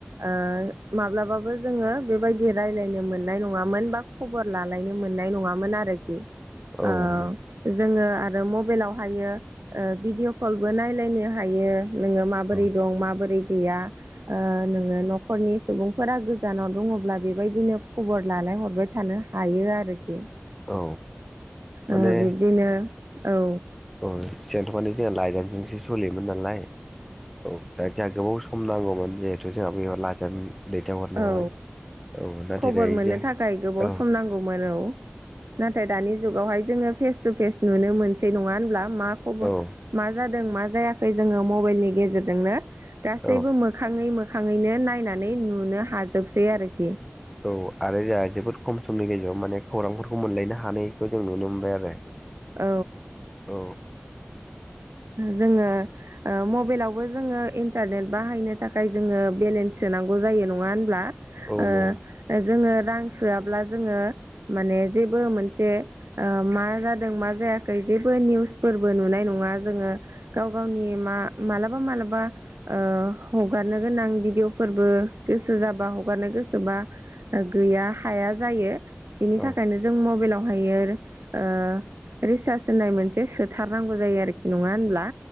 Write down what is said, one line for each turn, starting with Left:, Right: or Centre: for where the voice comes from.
Right: ओ माब्लाबाबो जोंङो बेबायदि रायज्लायनो मोननाय नङामोन बा खबर लालायनो मोननाय नङामोन आरो ओ
Centre: औ नंगौ
Right: जोंङो आरो मबाइलावहायो ओ भिडिअ' कलबो नायलायनो हायो नोंङो माबा बोरै
Centre: औ
Right: दं मा बोरै गैया ओ नोंङो न'खरनि सुबुंफोरा गोजानाव दंङोब्ला बेबायदिनो खबर लालायहरबाय थानो हायो आरोखि
Centre: औ माने
Right: ओ बिब्दिनो औ।
Centre: औ सिगांथ' माने जोंहा लाइजामजोंसो सोलियोमोन नालाय औ दा जोंहा <unintelligible> खम नांगौमोन जिहेथु जोंहा बेयाव लाइजाम दैथायहरनायावहाय
Right: औ
Centre: औ नाथाय
Right: खबर
Centre: दायो
Right: मोननो
Centre: जोंहा
Right: थाखाय गोबाव
Centre: औ
Right: सम नांगौमोन औ <inaudible> नाथाय दानि जुगावहाय जोंङो फेस टु फेस नुनो मोनसै नङा होनब्ला मा खबर
Centre: औ
Right: मा जादों मा जायाखै जोंङो मबाइलनि गेजेरजोंनो गासैबो
Centre: औ
Right: मो मोखांङै मोखांङैनो नायनानै नुनो हाजोबसै आरोखि
Centre: औ आरो जोंहा जोबोद खम समनि गेजेराव माने खौरांफोरखौ मोनलायनो हानायखौ जों नुनो मोनबाय आरो।
Right: औ।
Centre: औ।
Right: जोंङो ओ मबाइलावबो जोंङो इन्टारनेट बाहायनो थाखाय जोंङो बेलेन्स सोनांगौ जायो नङा होनब्ला?
Centre: औ
Right: ओ,
Centre: नंगौ
Right: जोंङो रां सोआब्ला जोंङो माने जेबो मोनसे ओ, मा जादों मा जायाखै जेबो निउसफोरबो नुनाय नङा। जोंङो गाव-गावनि मा मालाबा- मालाबा ओ हगारनो गोनां भिदिवअफोरबो गोसो जाबा हगारनो गोसोबा गैया हाया जायो। बेनि
Centre: औ
Right: थाखायनो जों मबाइलावहायो ओ रिसार्ज होननाय मोनसे सोथारनांगौ जायो आरोखि। नङा होनब्ला?